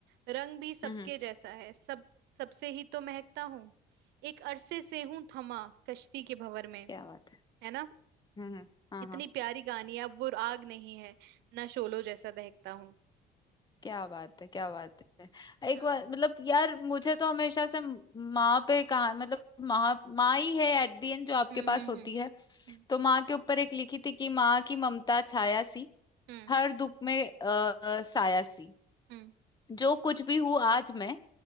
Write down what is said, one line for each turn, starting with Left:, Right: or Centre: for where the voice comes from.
Right: रंग भी सबके
Left: हम्म हम्म,
Right: जैसा है सब सबसे ही तो महकता हूँ एक अरसे से हूँ थमा कश्ती के भंवर में
Left: क्या बात है
Right: है ना।
Left: हम्म हम्म हाँ
Right: कितनी
Left: हाँ
Right: प्यारी कहानी है अब वो आग नहीं है ना शोलो जैसा दहकता हूँ
Left: क्या बात है क्या बात है एक
Right: हाँ
Left: बार मतलब यार मुझे तो हमेशा से माँ पे कहा मतलब माँ माँ ही है एट दी एंड जो आपके
Right: हम्म
Left: पास
Right: हम्म
Left: होती
Right: हम्म
Left: है
Right: हम्म
Left: तो माँ के ऊपर एक लिखी थी कि माँ की ममता छाया सी
Right: हम्म
Left: हर दुख में अ, अ, साया सी
Right: हम्म,
Left: जो कुछ भी हूँ आज मैं